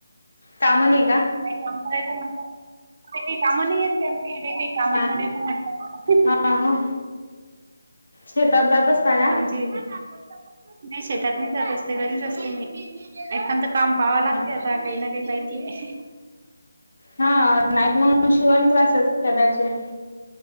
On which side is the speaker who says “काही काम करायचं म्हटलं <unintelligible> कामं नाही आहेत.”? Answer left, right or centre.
Right